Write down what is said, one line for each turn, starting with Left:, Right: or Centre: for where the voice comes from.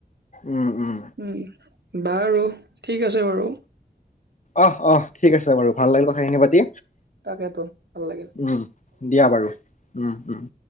Left: উম উম
Right: উম। বাৰু ঠিক আছে বাৰু।
Left: অহ', অহ' ঠিক আছে বাৰু। ভাল লাগিল কথাখিনি পাতি।
Right: তাকেতো ভাল লাগিল।
Left: উম', দিয়া বাৰু উম', উম'।